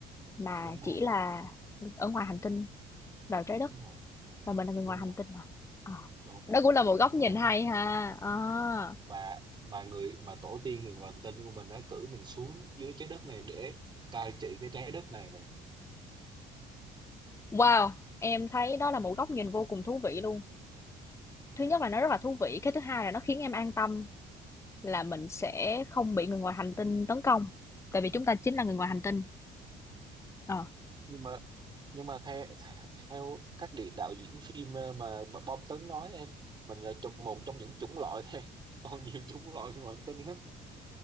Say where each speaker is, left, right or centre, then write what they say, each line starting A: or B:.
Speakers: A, on the left; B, on the right.
A: Mà
B: đúng
A: chỉ
B: rồi
A: là ở ngoài hành tinh vào trái đất
B: đúng rồi
A: và mình là người ngoài
B: đúng
A: hành
B: rồi
A: tinh à? Ờ,
B: Đâu, mình
A: Đó cũng
B: mình
A: là
B: là
A: một
B: người
A: góc
B: hành
A: nhìn
B: tinh
A: hay
B: đó
A: ha. Ờ,
B: mà mà người mà tổ tiên người ngoài hành tinh của mình đã cử mình xuống dưới trái đất này để cai trị cái trái đất này nè
A: Wow, em thấy đó là một góc nhìn vô cùng thú vị luôn. Thứ nhất là nó rất là thú vị, cái thứ hai là nó khiến em an tâm là mình sẽ không bị người ngoài hành tinh tấn công, tại vì chúng ta chính là người ngoài hành tinh. Ờ.
B: nhưng mà nhưng mà theo theo các địa đạo diễn phim ờ, mà b- bom tấn nói em mình là trong một trong những chủng loại thôi <laughs> còn nhiều chủng loại người ngoài hành tinh lắm